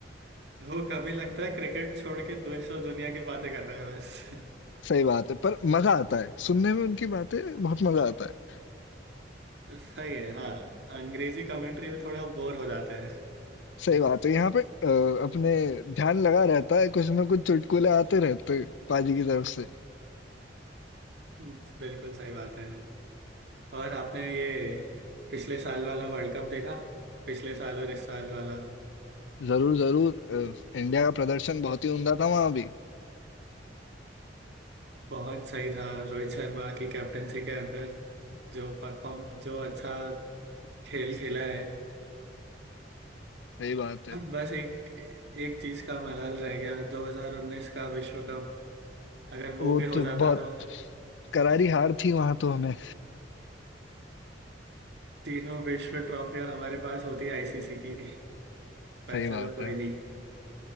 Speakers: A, on the right; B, on the left.
A: वो कभी लगता है क्रिकेट छोड़ के दूसरों दुनिया की बातें कर रहे हैं बस <laughs>
B: सही बात है पर मजा आता है सुनने में उनकी बातें बहुत मजा आता है
A: सही है हाँ अंग्रेजी कमेंट्री में थोड़ा बोर हो जाते हैं
B: सही बात है यहाँ पे अ, अपने ध्यान लगा रहता है कुछ ना कुछ चुटकुले आते रहते हैं पाजी की तरफ से
A: <laughs> बिल्कुल सही बात है और आपने ये पिछले साल वाला वर्ल्ड कप देखा पिछले साल और इस साल वाला
B: जरूर जरूर अ, इंडिया का प्रदर्शन बहुत ही उमदा था वहां भी
A: बहुत सही था रोहित शर्मा की कैप्टनसी के अंदर जो परफॉर्म जो अच्छा खेल खेला है
B: सही बात है
A: बस एक एक चीज का मलाल रह गया 2019 का विश्व कप अगर वो
B: वो
A: भी हो
B: तो
A: जाता
B: बहुत
A: तो
B: करारी हार थी वहां तो हमें
A: तीनों विश्व ट्रॉफियां हमारे पास होती आईसीसी की पर
B: सही
A: चलो
B: बात
A: कोई
B: है
A: नहीं